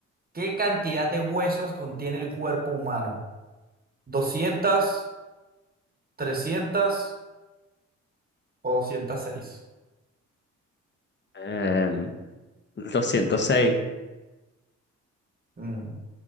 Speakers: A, on the right (about 25°); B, on the left (about 30°).
A: ¿Qué cantidad de huesos contiene el cuerpo humano? ¿200, 300 o 206?
B: Em, doscientos seis.
A: Mm,